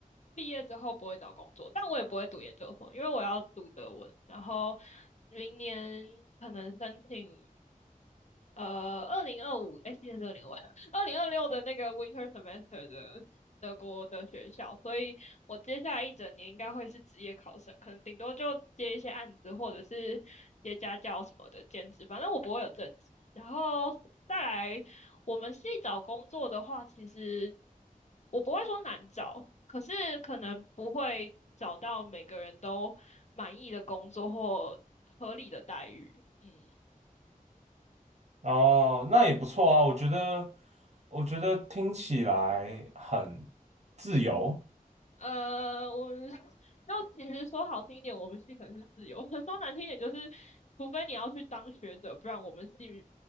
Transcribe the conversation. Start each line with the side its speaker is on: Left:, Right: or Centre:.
Left: 毕业之后不会找工作，但我也不会读研究所，因为我要读德文，然后明年可能申请呃二零二五，哎，今年是二零二五二零二六的那个 winter semester 的德国的学校，所以我接下来一整年应该会是职业考生，可能顶多就接一些案子或者是接家教什么的兼职，反正我不会有正职，然后。再来我们系找工作的话，其实我不会说难找，可是可能不会找到每个人都满意的工作或合理的待遇。嗯，
Right: 哦，那也不错啊。我觉得，我觉得听起来很自由
Left: 呃，我们要其实说好听一点，我们系可能是自由；<laughs> 说难听一点，就是除非你要去当学者，不然我们系